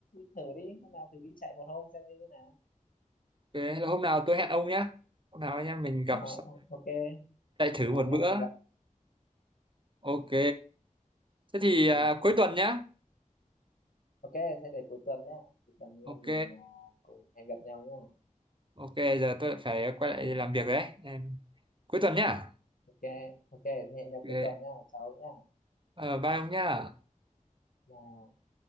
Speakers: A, on the left; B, on the right.
A: thử đi hôm nào thử đi chạy một hôm xem như thế nào
B: <laughs> thế là hôm nào tôi hẹn ông nhá hôm nào anh em mình gặp
A: Ờ,
B: xong
A: ờ, ok
B: chạy thử
A: là
B: một
A: anh em
B: bữa
A: mình gặp
B: ok
A: ừ,
B: thế thì à,
A: ok
B: cuối tuần nhá
A: ok thế để cuối tuần nhá cuối tuần anh
B: ok
A: em mình à, cùng hẹn gặp nhau nhá
B: ok giờ tôi lại phải quay lại
A: ừ,
B: làm việc rồi đấy Em- cuối tuần nhá
A: ok ok thế hẹn nhau
B: ok
A: cuối tuần nhá chào ông nhá
B: Ờ, bye ông nhá
A: Ừ, bye